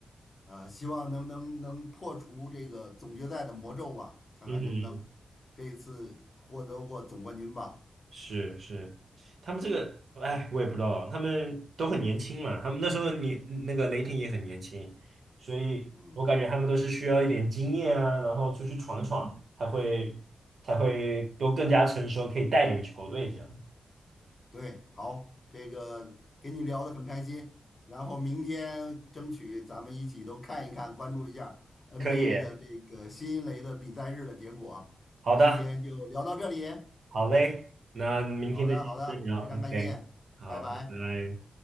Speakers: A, on the left; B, on the right.
A: 呃希望能能能破除这个总决赛的魔咒吧，看看能不能
B: 嗯哼，
A: 这一次获得过总冠军吧。
B: 是是，他们这个，哎，我也不知道，他们都很年轻嘛，他们那时候你那个雷霆也很年轻，所以我感觉他们都是需要一点经验啊，
A: 嗯。
B: 然后出去闯一闯，才会才会都更加成熟，可以带领球队这样。
A: 对，好，这个跟你聊得很开心，然后明天争取咱们一起都看一看，关注一下 NBA
B: 可以，
A: 的这个新一轮的比赛日的结果。
B: 好的，
A: 今天就聊到这里，
B: 好嘞，那明天再继续聊，OK，
A: 好的，好的，非常感谢，
B: 好，
A: 拜拜。
B: 拜拜。